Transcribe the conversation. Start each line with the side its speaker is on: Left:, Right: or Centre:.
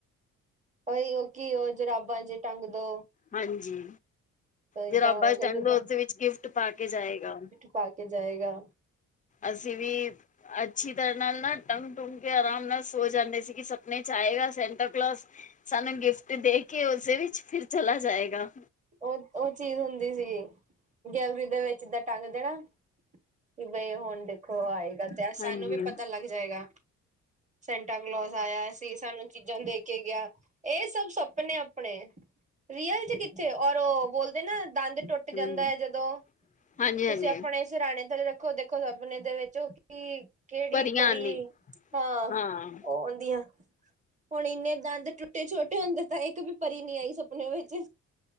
Right: ਓਈਓ ਕੀ ਓ ਜਰਾਬਾਂ ਚ ਟੰਗ ਦੋ
Left: ਹਾਂਜੀ,
Right: ਏਦਾਂ
Left: ਜਰਾਬਾ
Right: ਹੋਏਗਾ
Left: ਚ ਟੰਗ
Right: ਜਿੱਦਾਂ
Left: ਦੋ, ਉਸਦੇ ਵਿੱਚ ਗਿਫਟ ਪਾ ਕੇ ਜਾਏਗਾ।
Right: ਪਾਕੇ ਜਾਏਗਾ।
Left: ਅਸੀਂ ਵੀ ਅੱਛੀ, ਤਰ੍ਹਾਂ ਨਾਲ ਨਾ ਟੰਗ-ਟੂਗ ਕੇ ਆਰਾਮ ਨਾਲ ਸੋ ਜਾਂਦੇ ਸੀ, ਕਿ ਸਪਨੇ ਚ ਆਏਗਾ। ਸੈਂਟਾ ਕਲੋਜ ਸਾਨੂੰ ਗਿਫਟ ਦੇ ਕੇ ਉਸਦੇ ਵਿੱਚ ਫਿਰ ਚਲਾ ਜਾਏਗਾ।
Right: ਓ-ਓ ਚੀਜ਼ ਹੁੰਦੀ ਸੀਗੀ, ਗੈਲਰੀ ਦੇ ਵਿੱਚ ਏਦਾਂ ਟੰਗ ਦੇਨਾ ਕਿ ਬਈ ਹੁਨ ਦੇਖੋ ਆਏਗਾ, ਤੇ
Left: ਹਾਂਜੀ
Right: ਸਾਨੂੰ ਵੀ ਪਤਾ ਲੱਗ ਜਾਏਗਾ। ਸੈਂਟਾ ਕਲੋਜ ਆਏਆ ਸੀ, ਸਾਨੂੰ ਚੀਜ਼ਾਂ ਦੇ ਕੇ ਗੇਆ, ਇਹ ਸਭ ਸਪਨੇ ਆਪਨੇ ਰੀਅਲ ਚ ਕਿੱਥੇ ਔਰ, ਓ ਬੋਲਦੇ ਨਾ ਦੰਦ ਟੁੱਟ ਟੁੱਟ
Left: ਹੂੰ
Right: ਜਾਂਦਾ ਏ, ਜਦੋਂ
Left: ਹਾਂਜੀ
Right: ਤੁਸੀਂ
Left: ਹਾਂਜੀ
Right: ਆਪਨੇ ਸਰਾਨੇ ਥੱਲੇ ਰੱਖੋ, ਦੇਖੋ ਸੁਪਨੇ ਦੇ ਵਿੱਚ ਓ ਕਿ ਕੇੜੀ
Left: ਪਰੀਆਂ
Right: ਪਰੀ
Left: ਆਂਦੀ
Right: ਹਾਂ-ਓ
Left: ਹਾਂ
Right: ਆਦੀਆਂ ਹੁਨ ਇੰਨੇ ਦੰਦ ਟੁੱਟੇ ਛੋਟੇ ਹੁੰਦੇ, ਤਾਂ ਇੱਕ ਵੀ ਪਰੀ ਨੀ ਆਈ ਸੁਪਨੇ ਵਿੱਚ